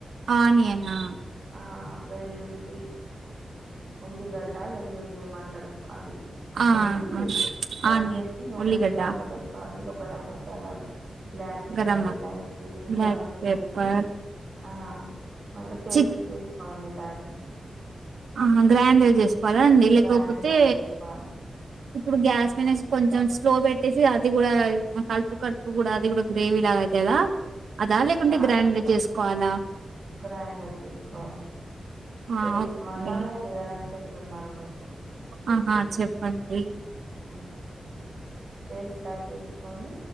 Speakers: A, on the right; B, on the right.
A: ఆనియనా
B: ఆ వెల్లుల్లి ఉల్లిగడ్డ వెల్లుల్లి ఏమంటారు అది
A: ఆ
B: ఏసి
A: ఆ
B: కడ్చేసి
A: ఆనియన్
B: నూనెలో
A: ఉల్లిగడ్డ
B: కాగాబెట్టు లొ గరం మసాలాగా బ్లాక్ పేపర్
A: గరం మసాలా,
B: ఇలాయచి
A: బ్లాక్
B: అవన్నీ
A: పెప్పర్
B: వేసి ఆ మళ్ళా పేస్ట్
A: చి
B: చేసుకోవాలి దాన్ని
A: ఆహా గ్రాండాగా చేసుకోవాలా అండి
B: గ్రైండ్
A: లేకపోతే
B: గా చేసుకోవాలి
A: ఇప్పుడు గ్యాస్ వినేసి కొంచెం స్లో పెట్టేసి అది కూడా కలుపు కడుపు కూడా అది కూడా గ్రేవీ ఎలాగ అవుతుదా అదా లేకుంటే
B: కాదు
A: గ్రైండర్ చేసుకోవాలా
B: గ్రైండర్ తీసుకోవాలి
A: ఆ
B: పేస్ట్
A: ఓకే
B: మసాలా చేయడం చెప్ ప్తూన్నాను మీకు
A: ఆహా చెప్పండి
B: ఉమ్ పేస్ట్ లా చేసుకొని